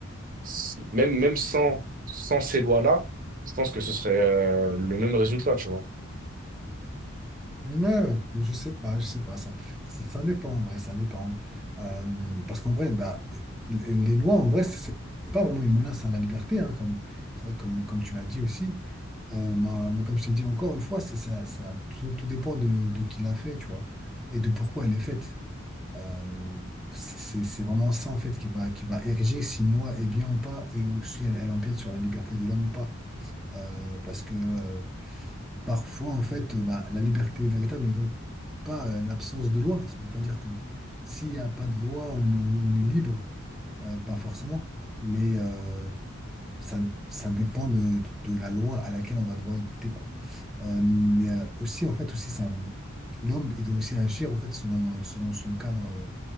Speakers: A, on the right; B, in the centre.
A: s- même, même sans, sans ces lois-là, je pense que ce serait euh, le même résultat, tu vois.
B: Ouais, je sais pas, je sais pas. Ça, ça, ça dépend en vrai, ça dépend. Euh, parce qu'en vrai, bah, les les lois, en vrai, c'est c'est pas vraiment une menace à la liberté, hein, comme, c'est vrai, comme, comme tu l'as dit aussi. Euh, ma- mais comme je t'ai dit encore une fois, c'est ça, ça, tout, tout dépend de, de qui l'a fait, tu vois, et de pourquoi elle est faite. Euh, c'est c'est vraiment ça en fait qui va, qui va ériger si une loi est bien ou pas et ou si elle, elle empiète sur la liberté de l'homme ou pas. Euh, parce que euh, parfois en fait euh, bah, la liberté véritable n'est donc pas euh, l'absence de loi. Ça ne veut pas dire que s'il n'y a pas de loi on, est on est libre, Euh, pas forcément. Mais euh, ça, ça dépend de, de- de la loi à laquelle on va devoir écouter, quoi. Euh, mais euh, aussi, en fait, aussi, ça, l'homme, il doit aussi agir, en fait, selon, selon son cadre euh,